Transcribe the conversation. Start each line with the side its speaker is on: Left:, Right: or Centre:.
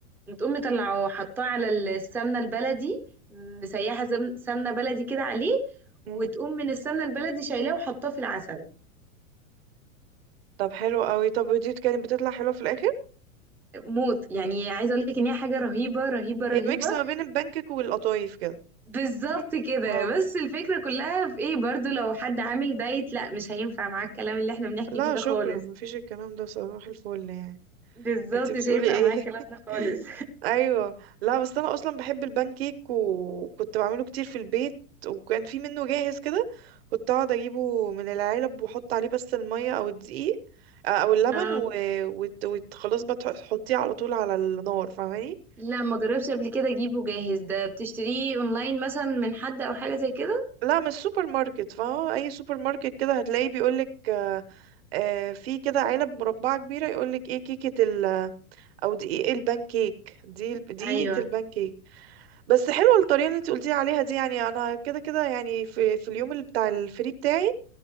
Centre: وتقوم مطلعه وحطاه على السمنة البلدي مسيحة زم- سمنة بلدي كده عليه وتقوم
Right: مم.
Centre: من السمنة البلدي شايلاه وحطاه في العسل
Right: طب حلو قوي طب ودي كانت بتطلع حلوه في الاخر
Centre: موت يعني عايزه اقول لك ان هي حاجه رهيبه رهيبه رهيبه
Right: هي ميكس ما بين البانكيك والقطايف كده
Centre: بالظبط كده
Right: اه
Centre: بس الفكرة كلها في ايه برضو لو حد عامل دايت لا مش هينفع معاه الكلام اللي احنا بنحكي
Right: لا
Centre: فيه ده
Right: شكرا
Centre: خالص
Right: مفيش الكلام ده صباح الفل يعني
Centre: بالظبط
Right: انت بتقولي
Centre: مش هينفع
Right: ايه
Centre: معاه الكلام ده
Right: <laughs>
Centre: خالص
Right: ايوه لا بس انا اصلا بحب البان كيك وكنت بعمله كتير في البيت وكان في منه جاهز كده كنت اقعد اجيبه من العلب واحط عليه بس الميه او الدقيق آه، او اللبن
Centre: <laughs>
Right: و...
Centre: اه
Right: وت... وت... خلاص بقى تح- تحطيه على طول على النار فاهماني
Centre: لا ما جربش قبل كده اجيبه جاهز ده بتشتريه اونلاين مثلا من حد او حاجة زي كده
Right: لا من السوبر ماركت فا اي سوبر ماركت كده هتلاقيه بيقولك آه، آه، في كده علب مربعة كبيرة يقولك ايه كيكة او دقيق البانكيك دي دقيقة
Centre: ايوه
Right: البانكيك بس حلوة الطريقة اللي انت قلتي عليها دي يعني انا كده كده يعني في في اليوم اللي بتاع الفري بتاعي